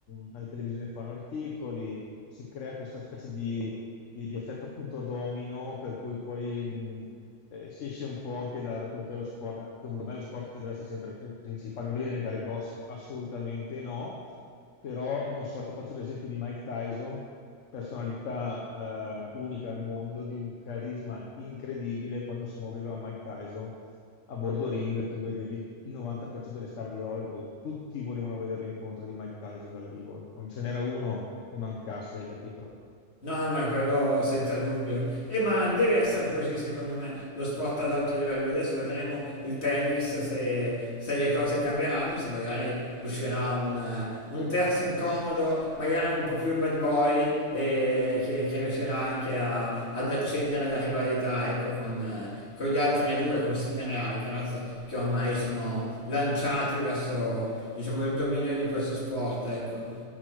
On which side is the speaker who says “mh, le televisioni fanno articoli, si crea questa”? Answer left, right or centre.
Left